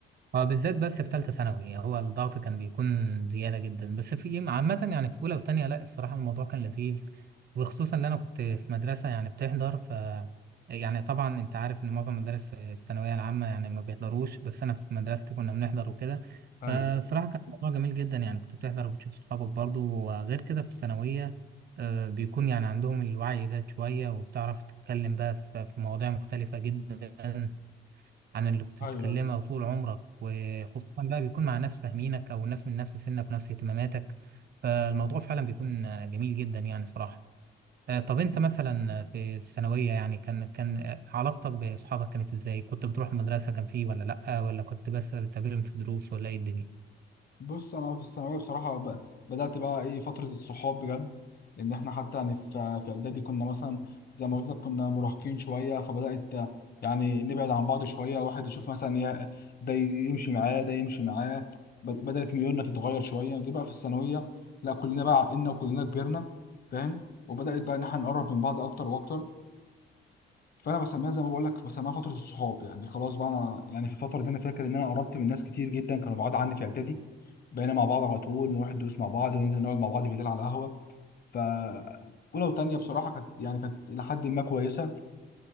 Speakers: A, on the right (about 55°); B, on the left (about 50°).
A: هو بالذات بس في ثالثة ثانوي يعني هو الضغط كان بيكون زيادة جدا بس في عامة يعني في أولى وتانية لا الصراحة الموضوع كان لذيذ وخصوصا إن أنا كنت في مدرسة يعني بتحضر ف يعني طبعا أنت عارف إن معظم المدارس في الثانوية العامة يعني ما بيحضروش بس أنا في مدرستي كنا بنحضر وكده
B: ايوه
A: فالصراحة كان الموضوع جميل جدا يعني كنت بتحضر وبتشوف صحابك برضو وغير كده في الثانوية آه، بيكون يعني عندهم الوعي زاد شوية وبتعرف تتكلم بقى في في مواضيع مختلفة جدا عن اللي كنت
B: ايوه
A: بتتكلمها طول عمرك وخصوصا بقى بيكون مع ناس فاهمينك او ناس من نفس سنك ونفس اهتماماتك فالموضوع فعلا بيكون آه، جميل جدا يعني صراحة آه، طب انت مثلا في الثانوية يعني كان كان آه، علاقتك بأصحابك كانت ازاي؟ كنت بتروح المدرسة كان فيه ولا لأ ولا كنت بس بتقابلهم في الدروس ولا ايه الدنيا؟
B: بص انا في الثانويه بصراحه ب- بدات بقى ايه فتره الصحاب بجد لان احنا حتى يعني في في اعدادي كنا مثلا زي ما قلت لك كنا مراهقين شويه فبدات يعني نبعد عن بعض شويه واحد يشوف مثلا يه- ده يمشي معاه ده يمشي معاه ب- بدات ميولنا تتغير شويه جه بقى في الثانويه لا كلنا بقى عقلنا وكلنا كبرنا فاهم وبدات بقى ان احنا نقرب من بعض اكتر واكتر فانا بسميها زي ما بقول لك بسميها فتره الصحاب يعني خلاص بقى انا يعني في الفتره دي انا فاكر ان انا قربت من ناس كتير جدا كانوا بعاد عني في اعدادي بقينا مع بعض على طول نروح الدروس مع بعض وننزل نقعد مع بعض بالليل على القهوه ف اولى وتانيه بصراحه كانت يعني كانت الى حد ما كويسه